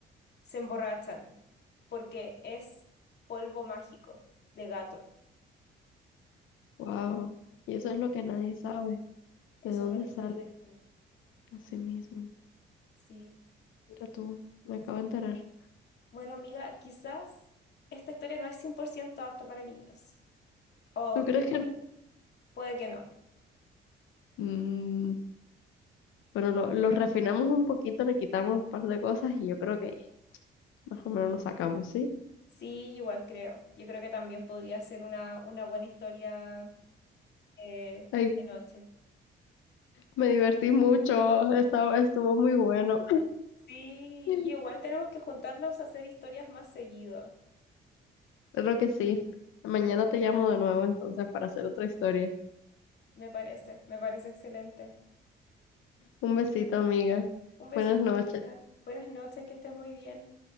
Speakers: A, on the left; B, on the left.
A: se emborrachan, porque es polvo mágico de gato.
B: Wow, y eso es lo que nadie sabe,
A: Eso
B: de dónde
A: es lo que
B: sale
A: nadie sabe.
B: así mismo.
A: Sí,
B: Mira tú, me acabo de
A: sí.
B: enterar.
A: Bueno, amiga, quizás esta historia no es 100% apta para niños. O
B: ¿Tú crees que no?
A: puede que no.
B: Mm, bueno, lo, lo refinamos un poquito, le quitamos un par de cosas y yo creo que más o menos lo sacamos, ¿sí?
A: Sí, igual creo. Yo creo que también podría ser una, una buena historia eh,
B: Ay,
A: de noche.
B: me divertí mucho, estaba, estuvo muy bueno.
A: Sí,
B: <laughs>
A: y igual tenemos que juntarnos a hacer historias más seguido.
B: Creo que sí. Mañana te llamo de nuevo entonces para hacer otra historia.
A: Me parece, me parece excelente.
B: Un besito, amiga.
A: Un besito,
B: Buenas noches.
A: amiga. Buenas noches, que estés muy bien.